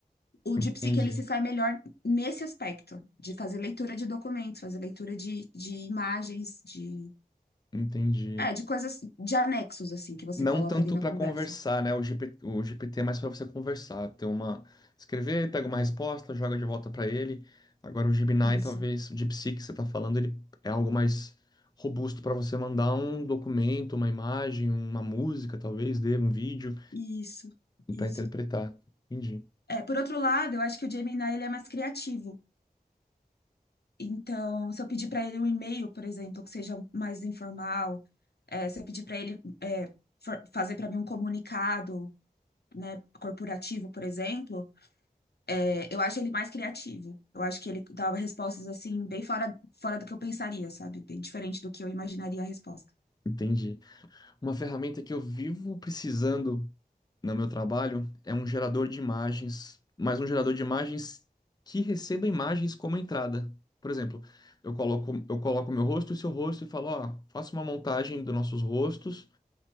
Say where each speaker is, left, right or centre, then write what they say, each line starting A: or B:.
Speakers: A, on the left; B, on the left.
A: O
B: entendi,
A: DeepSeek, ele se sai melhor nesse aspecto, de fazer leitura de documentos, fazer leitura de, de imagens, de,
B: entendi.
A: é, de coisas, de anexos, assim, que você
B: Não
A: coloca
B: tanto
A: ali na
B: para
A: conversa.
B: conversar, né? O GPT, o GPT é mais para você conversar, ter uma, escrever, pega uma resposta, joga de volta para ele. Agora o Gemini,
A: Isso,
B: talvez, o DeepSeek que você está falando, ele é algo mais robusto para você mandar um documento, uma imagem, uma música, talvez, dê um vídeo
A: isso,
B: e
A: isso.
B: para interpretar. Entendi,
A: É, por outro lado, eu acho que o Gemini, ele é mais criativo. Então, se eu pedir para ele um e-mail, por exemplo, que seja mais informal, eh, se eu pedir para ele eh, for- fazer para mim um comunicado, né, corporativo, por exemplo, eh, eu acho ele mais criativo. Eu acho que ele dava respostas assim bem fora, fora do que eu pensaria, sabe? Bem diferente do que eu imaginaria a resposta.
B: entendi. Uma ferramenta que eu vivo precisando no meu trabalho é um gerador de imagens, mas um gerador de imagens que receba imagens como entrada. Por exemplo, eu coloco eu coloco meu rosto e seu rosto e falo, ó, faça uma montagem dos nossos rostos